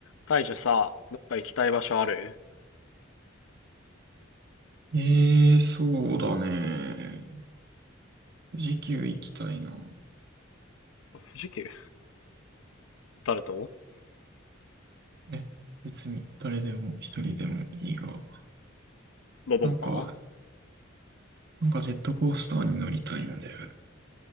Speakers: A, on the left (about 75°); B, on the right (about 55°).
A: 大樹さ、どっか行きたい場所ある
B: ええ、そうだね。富士急行きたいな。
A: 富士急誰と
B: え、別に誰でも一人でもいいが。
A: ロボンパ
B: なんか、なんかジェットコースターに乗りたいんだよ。